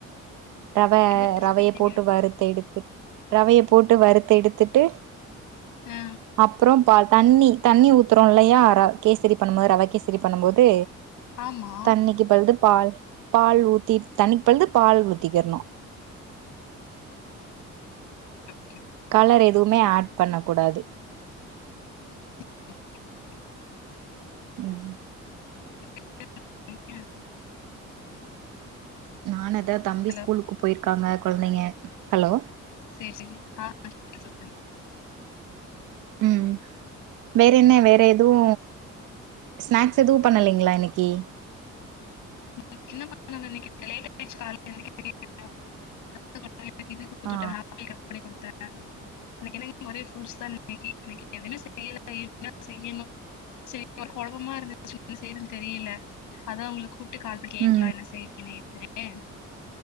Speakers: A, on the right; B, on the left.
A: ரவ
B: அது எதுக்கு
A: ரவைய
B: செஞ்சீங்க?
A: போட்டு வறுத்து எடுத்து ரவைய போட்டு வறுத்து எடுத்துட்டு
B: ஆ
A: அப்றம் பால் தண்ணி தண்ணி ஊத்துறோம் இல்லையா ர கேசரி பண்ணும் போது ரவ கேசரி பண்ணும் போது
B: ஆமா.
A: தண்ணிக்கு பதில் பால் பால் ஊத்தி தண்ணிக்கு பதில் பால் ஊத்திக்கரணு
B: ஓகே
A: கலர் எதுவுமே ஆட் பண்ண கூடாது
B: <inaudible>
A: ம்
B: <inaudible>
A: நானு அதா தம்பி
B: ஹலோ
A: ஸ்கூலுக்கு போயிருக்காங்க கொழந்தைங்க ஹலோ
B: சேரி சேரி ஆ <inaudible>
A: ம் வேற என்ன வேற எதுவு ஸ்நாக்ஸ் எதுவு பண்ணலைங்களா இன்னைக்கு
B: <inaudible> லேட் ஆயிச்சு கால்ல எந்திக்கயு <inaudible> ஆப்பிள்
A: ஆ
B: கட் பண்ணி குடுத்தே இன்னக்கி என்னங்க ஒரே ஃப்ரூட்ஸ்தா இன்னக்கி இன்னக்கி எதுவு செய்யல இனிமேதா செய்யணு செரி ஒரே கொழப்பமா இருந்துச்சு செய்றன்னு தெரியல அதா உங்கள கூப்பிட்டு கால் பண்ணி கேக்லா
A: ம்
B: என்ன செய்றீங்கன் <unintelligible>